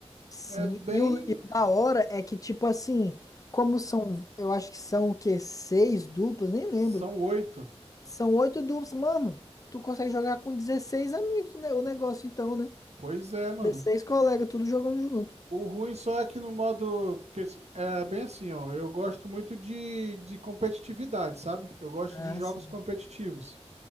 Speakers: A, on the left (about 30°); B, on the right (about 80°).
A: Sim.
B: é bem...
A: E o, e o da hora é que, tipo assim, como são, eu acho que são o quê? Seis duplas? Nem lembro.
B: São oito.
A: São oito duplas, mano. Tu consegue jogar com 16 amigos, né? O negócio então, né?
B: Pois é, mano.
A: 16 colegas, tudo jogando junto.
B: O ruim só é que no modo. Porque é bem assim, ó. Eu gosto muito de, de competitividade, sabe? Eu gosto
A: Ah,
B: de jogos
A: sim.
B: competitivos.